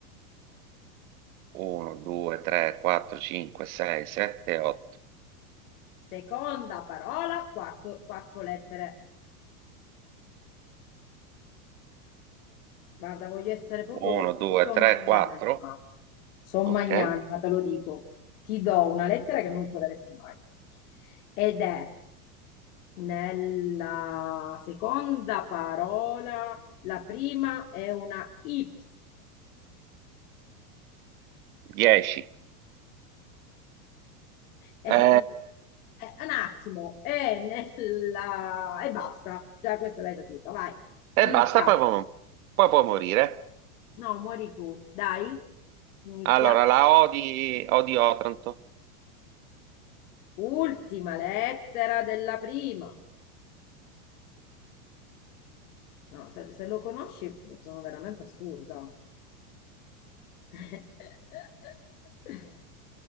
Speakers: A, on the right; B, on the left.
A: 1, 2, 3, 4, 5, 6, 7, 8.
B: Seconda parola, quarto- quattro lettere. Guarda, voglio essere proprio,
A: 1, 2,
B: proprio
A: 3,
B: magnanima.
A: 4.
B: Sono
A: Ok.
B: magnanima, te lo dico. Ti do una lettera che non troveresti mai. Ed è nella seconda parola, la prima è una Y.
A: 10.
B: Eh,
A: e
B: non- eh, un attimo, è nella... e basta. Già questa l'hai saputa, vai. Iniziamo.
A: basta, poi può, poi può morire.
B: No, muori tu, dai. Inizia.
A: Allora, la O di, O di Otranto,
B: Ultima lettera della prima. No, se, se lo conosci, sono veramente assurda. <laughs>